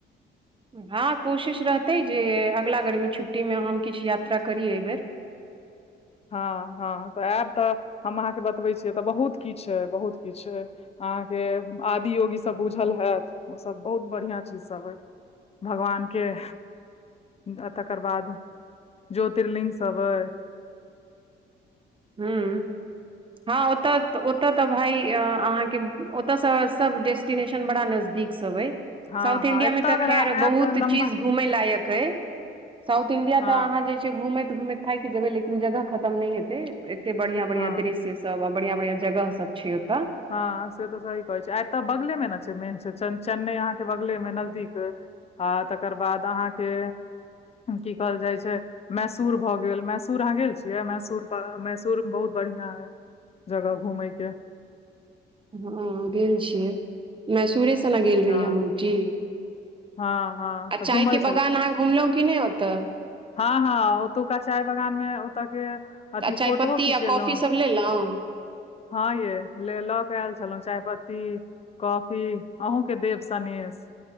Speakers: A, on the right; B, on the left.
A: हँ कोशिश रहतै जे ऐगला गरमी छुट्टीमे हम किछ यात्रा करी एबेर
B: हँ हँ तऽ एब तऽ हम अहाँके बतबै छीयै एतऽ बहुत किछ छै बहुत किछ अहाँके आदि योगी सभ बूझल हेऽत ओसभ बहुत बढ़िआं चीज सभ हइ भगवान के आ तकर बाद ज्योतिर्लि्ंग सब अय
A: हूं हँ ओतऽ ओतऽ तऽ भाइ अहाँके ओतयसँ सब देश डेस्टिनेशन बड़ा नजदीक सब अय
B: हँ
A: साउथ इंडिया
B: हँ एतऽ
A: मे तऽ
B: अगर
A: खरि
B: आयब
A: बहुत
B: तऽ लम्बा
A: चीज घूमै लायक साउथ इंडिया
B: हँ
A: तऽ अहाँ जे छै घुमति घुमति थाइक जेबै लेकिन जगह खतम नहि हेतै एते बढ़ियां बढ़ियां
B: हँ
A: दृश्य सब आ बढ़ियां बढ़ियां जगह सब छै ओतऽ
B: हँ से तऽ सही कहै छै आ तऽ बगले मे ने छै मेन छै चेन्नई अहाँके बगले मे नजदीक आ तकर बाद अहाँके की कहल जाइ छै मैसूर भऽ गेल मैसूर अहाँ गेल छियै मैसूर पर मैसूर बहुत बढ़िआं अइ जगह घूमैय के
A: ह गेल छियै मैसूरे स ने गेल
B: हँ
A: रहियै हम औटी
B: हँ हँ
A: आ
B: तऽ घूमल
A: चाय के बगान अहाँ घुमलहुँ कि नहि ओत
B: ह ह ओतुका चाय बगान मे ओतऽ के अथि
A: आ चाय
B: फोटो
A: पत्ती
B: खिचेलहुँ।
A: आ कॉफी सब लेलहुँ
B: ह ये ले लऽ के आयल छलहुँ चाय पत्ती कॉफी अहुके देब सनेश